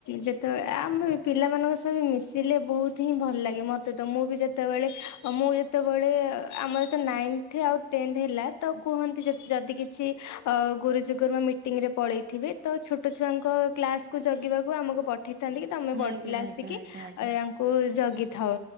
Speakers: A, on the left; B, on the right.
A: ଯେତେବେଳେ ଆମ ପିଲାମାନଙ୍କ ସବ ମିଶିଲେ ବହୁତ ହିଁ ଭଲ ଲାଗେ ମତେ ମୁଁ ବି ଯେତେବେଳେ ମୁଁ ଯେତେବେଳେ ଆମର ତ ନାଇନ୍ଥ ଆଉ ଟେନ୍ଥ ହେଲା ତ କୁହନ୍ତି ଯଦି କିଛି ଗୁରୁଜଗୁରୁମା ରେ ପଳେଇଥିବେ ତ ଛୋଟ ଛୁଆଙ୍କ କ୍ଲାସକୁ ଜଗିବାକୁ ଆମକୁ ପଠେଇ ଥାନ୍ତି କି ତମେ ବଡ଼
B: ଆଜ୍ଞା
A: ପିଲା
B: ଆଜ୍ଞା
A: ଆସିକିଙ୍କୁ
B: ଆଜ୍ଞା ଆଜ୍ଞା
A: ଜଗିଥାଉ